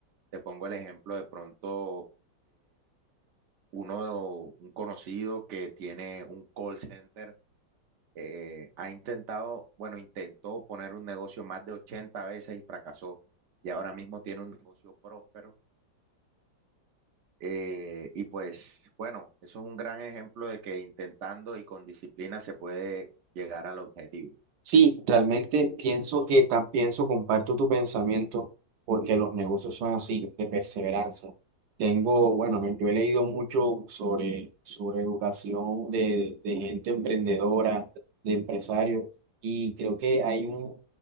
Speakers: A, on the right; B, on the right.
A: Te pongo el ejemplo de pronto uno, un conocido que tiene un call center, eh, ha intentado, bueno, intentó poner un negocio más de 80 veces y fracasó, y ahora mismo tiene un negocio próspero. eh, y pues, bueno, eso es un gran ejemplo de que intentando y con disciplina se puede llegar al objetivo.
B: Sí, realmente pienso que tan pienso, comparto tu pensamiento, porque los negocios son así, de perseverancia. Tengo, bueno, me- yo he leído mucho sobre, sobre educación de, de gente emprendedora, de empresarios, y creo que hay un,